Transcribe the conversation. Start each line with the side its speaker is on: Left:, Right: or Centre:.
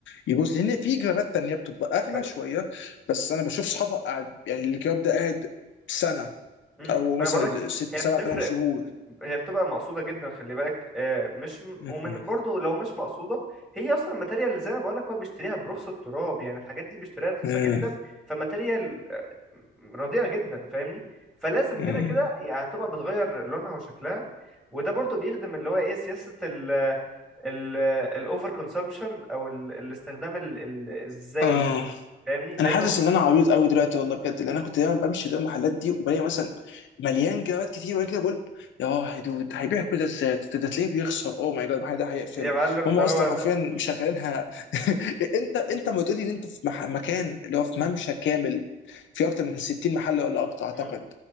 Left: يبوظ لأن في جرابات تانية بتبقى أغلى
Centre: أ-
Left: شوية بس أنا بشوف صحابها قاعد يعني الجراب ده قاعد سنة
Centre: امم
Left: أو مثلا
Centre: ما انا بقول لك
Left: ست
Centre: هي
Left: سبع
Centre: بتفرق
Left: ثمان شهور
Centre: هي بتبقى مقصوده جدا خلي بالك آه، مش م-
Left: مم.
Centre: ومن برضو لو مش مقصوده هي اصلا الماتيريال اللي زي ما بقول لك هو بيشتريها برخص التراب يعني الحاجات دي بيشتريها رخيصه
Left: مم.
Centre: جدا فماتيريال رديئه جدا فاهمني فلازم
Left: مم.
Centre: كده كده يعني هتبقى بتغير لونها وشكلها وده برضو بيخدم اللي هو ايه سياسه ال ال الاوفر كونسومشن او ال- الاستخدام ال- ال- الزايد
Left: اه
Centre: فاهمني لانه
Left: انا حاسس ان انا عبيط قوي دلوقتي والله بجد لان انا كنت دايما بمشي قدام المحلات دي وبلاقي مثلا مليان جرابات كتير وانا كده بقول يا دود هيبيع كل ده ازاي ده ده تلاقيه بيخسر اوه ماي جاد المحل ده هيقفل
Centre: يا معلم
Left: هم
Centre: ده
Left: اصلا
Centre: هو
Left: حرفيا مشغلينها <laughs> انت انت ما تقولي ان انت في مح... مكان اللي هو في ممشى كامل في اكتر من 60 محل ولا اكتر اعتقد
Centre: ده